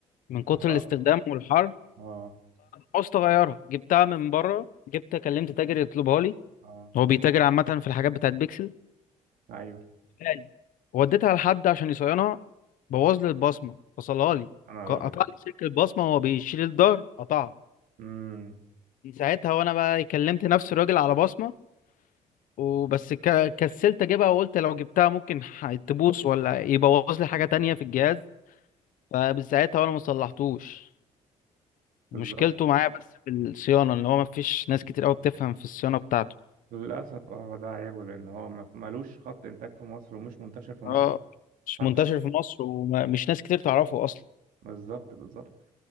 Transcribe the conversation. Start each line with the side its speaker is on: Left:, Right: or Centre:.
Left: من كتر
Right: اه
Left: الاستخدام والحر
Right: اه
Left: عاوزت اغيرها جبتها من بره جبت كلمت تاجر يطلبها لي
Right: اه آه.
Left: هو بيتاجر عامة في الحاجات بتاعت بيكسل
Right: ايوه
Left: غالي. وديتها لحد عشان يصينها بوظ لي البصمة فصلها لي
Right: انا رابط
Left: ق- قطع لي سلك البصمة هو بيشيل الظهر قطعها
Right: امم
Left: من ساعتها وانا بقى كلمت نفس الراجل على بصمه وبس ك- كسلت اجيبها وقلت لو جبتها ممكن ح- تبوظ ولا يبوظ لي حاجه تانية في الجهاز فمن ساعتها وانا ما صلحتوش
Right: بالظبط
Left: مشكلته معايا بس في الصيانه ان هو ما فيش ناس كتير قوي بتفهم في الصيانه بتاعته
Right: للأسف اه ده عيبه لأن هو ما- ملوش خط إنتاج في مصر ومش منتشر في مصر
Left: اه مش
Right: فأنت
Left: منتشر في مصر ومش ناس كتير تعرفه اصلا
Right: بالظبط بالظبط